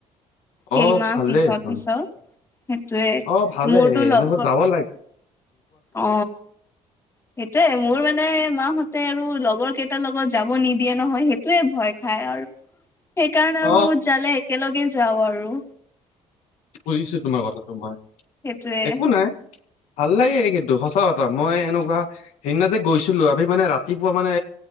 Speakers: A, on the left; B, on the left.
A: কেইমাহ
B: অ ভালেই
A: পিছত
B: এখন
A: পিছত সেইটোয়ে
B: অ ভালেই
A: মোৰতো লগৰ
B: এনেকুৱা যাব লাগ
A: অ সেইটোয়ে মোৰ মানে নাই মাহঁতে আৰু লগৰ কেইটাৰ লগত যাব নিদিয়ে নহয় সেইটোয়ে ভয় খাই আৰু সেইকাৰণে
B: অ
A: আৰু জালে একেলগে যাওঁ আৰু
B: বুজিছো তোমাৰ কথাটো মই
A: সেইটোৱে
B: একো নাই ভাল লাগে কিন্তু সঁচা কথা মই এনেকুৱা সেইদিনা যে গৈছিলো আমি মানে ৰাতিপুৱা মানে